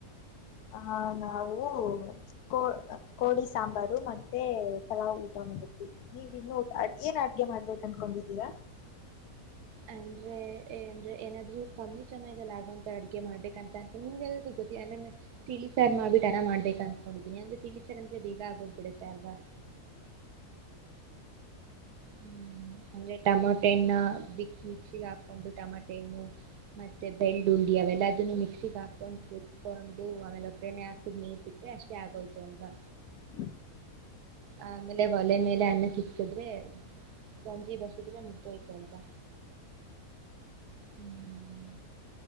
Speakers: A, on the left (about 80°); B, on the right (about 80°).
A: ಆಹ ನಾವು ಕೋ ಕೋಳಿ ಸಾಂಬಾರು ಮತ್ತೆ ಪಲಾವ್ ಊಟ ನೀವ ಇನ್ನು ಏನ್ ಅಡ್ಗೆ ಮಾಡ್ಬೇಕ ಅನ್ಕೊಂಡಿದ್ದೀರಾ
B: ಅಂದ್ರೆ ಏ ಅಂದ್ರೆ ಏನಾದ್ರೂ ಕಮ್ಮಿ ಸಮಯದಲ್ಲಿ ಆಗುವಂತ ಅಡಿಕೆ ಮಾಡ್ಬೇಕ ಅಂತ ಅಂತ ನಿಮ್ಗೆಾದೂ ಗೊತ್ತಿಲ್ಲ ಅಂದ್ರೆ ತಿಳ ಸರ್ ಮಾಡ್ಬಿಟ್ಟು ಅರಾ ಮಾಡ್ಬೇಕು ಅಂದ್ಕೊಂಡಿದ್ದೀನಿ ಅಂದ್ರೆ ತಿಳಸರ್ ಅಂದ್ರೆ ಬೇಗ ಆಗೋಗ್ಬಿಡುತ್ತೆ ಅಲ್ವಾ ಹ್ಮ್ ಅಂದ್ರೆ ಟಮಾಟೆನ್ನ ಬಿಕ್ ಮಿಕ್ಸಿಿಗೆ ಹಾಕೊಂಡು ಟಮಾಟ ಮತ್ತೆ ಬೆಳ್ಳುಳ್ಳಿ ಅವೆಲ್ಲದನ್ನು ಮಿಕ್ಸಿಿಗೆ ಹಾಕೊಂಡು ಕೊಂಡು ಆಮೇಲೆ ಒ ಹಾಕ ನೀರ್ ಬಿಟ್ರೆ ಅಷ್ಟೇ ಆಗೋಯ್ತು ಅಲ್ವಾ
A: ಹ್ಮ್
B: ಆ ಆಮೇಲೆ ಒಲೆ ಮೇಲೆ ಅನ್ನ ಸಿಗ್ತಿದ್ರೆ ಗಾಂಜಿ ಬಸಿದ್ರೆ ಮುಗ್ದೋಯ್ತು ಅಲ್ವಾ ಹ್ಮ್